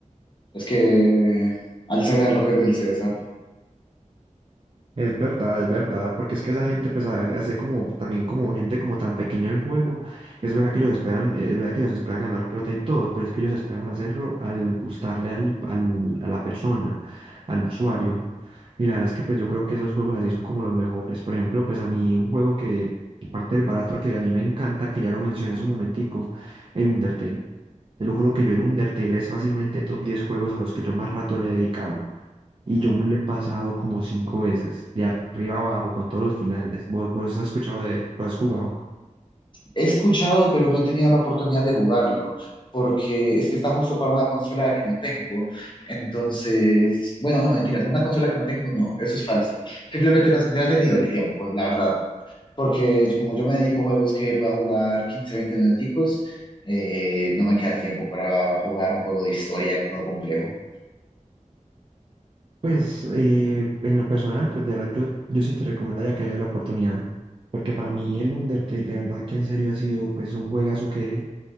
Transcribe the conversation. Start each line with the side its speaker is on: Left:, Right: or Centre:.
Left: Es que al César lo que es del César.
Right: Es verdad, es verdad, porque es que esa gente, pues, hace como, también como gente como tan pequeño el juego, es verdad que ellos esperan, es verdad que ellos esperan ganar plata y todo, pero es que ellos esperan hacerlo al gustarle al, al- a la persona, al usuario. Y la verdad es que, pues, yo creo que esos juegos así son como los mejores. Por ejemplo, pues, a mí un juego que, parte del barato que a mí me encanta, que ya lo mencioné hace un momentico, el Undertale. Te lo juro que yo el Undertale es fácilmente top 10 juegos a los que yo más rato le he dedicado. Y yo me lo he pasado como cinco veces, de arriba abajo, con todos los finales. ¿Vos, vos has escuchado de él? ¿Lo has jugado?
Left: He escuchado, pero no he tenido la oportunidad de jugarlo, porque es que está justo para una consola que no tengo. Entonces, bueno, no, mentiras, una consola que no tengo, no, eso es falso. Simplemente no, no he tenido el tiempo, la verdad, porque como yo me dedico a juegos que pueda jugar 15 20 minuticos, eh, no me queda tiempo para jugar un juego de historia todo complejo.
Right: Pues eh, en lo personal, pues de verdad, yo, yo sí te recomendaría que haya la oportunidad. Porque para mí el Undertale, de verdad que en serio ha sido pues un juegazo que